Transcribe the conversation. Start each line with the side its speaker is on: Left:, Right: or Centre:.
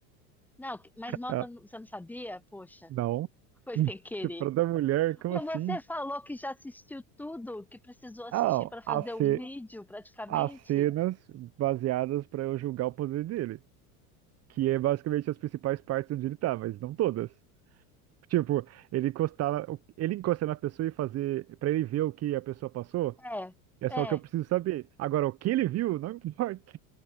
Centre: Não, que- mas mostra,
Right: Ah,
Centre: você não sabia? Poxa,
Right: não.
Centre: <laughs> foi sem querer.
Right: Estupro da mulher, como
Centre: Mas
Right: assim?
Centre: você falou que já assistiu tudo, que precisou assistir
Right: Ah, não.
Centre: para fazer
Right: As ce-
Centre: o vídeo, praticamente?
Right: as cenas baseadas pra eu julgar o poder dele. que é basicamente as principais partes onde ele tá, mas não todas. Tipo, ele encostar, ele encostar na pessoa e fazer, pra ele ver o que a pessoa passou,
Centre: É,
Right: é só
Centre: é.
Right: o que eu preciso saber. Agora, o que ele viu, não importa.